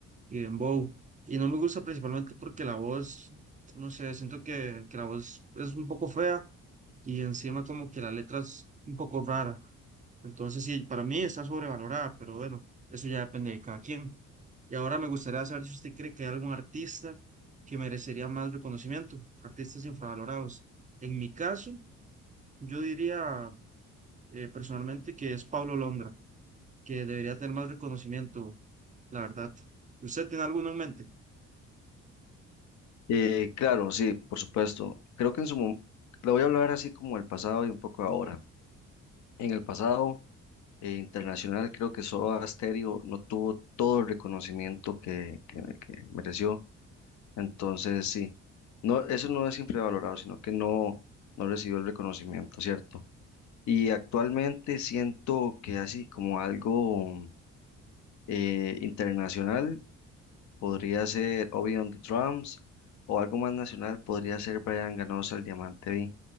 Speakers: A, on the right; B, on the left.
A: y dembow. Y no me gusta principalmente porque la voz, no sé, siento que, que la voz es un poco fea y encima como que la letra es un poco rara. Entonces, sí, para mí está sobrevalorada, pero bueno, eso ya depende de cada quien. Y ahora me gustaría saber si usted cree que hay algún artista que merecería más reconocimiento, artistas infravalorados. En mi caso, yo diría eh, personalmente que es Pablo Londra, que debería tener más reconocimiento, la verdad. ¿Usted tiene alguno en mente?
B: Eh, claro, sí, por supuesto. Creo que en su momento, le voy a hablar así como el pasado y un poco ahora. En el pasado eh, internacional creo que Soda Stereo no tuvo todo el reconocimiento que, que, que mereció. Entonces, sí, no, eso no es infravalorado, sino que no, no recibió el reconocimiento, ¿cierto? Y actualmente siento que así como algo eh, internacional podría ser Obi on the Drums o algo más nacional podría ser Brian Ganosa, el Diamante V,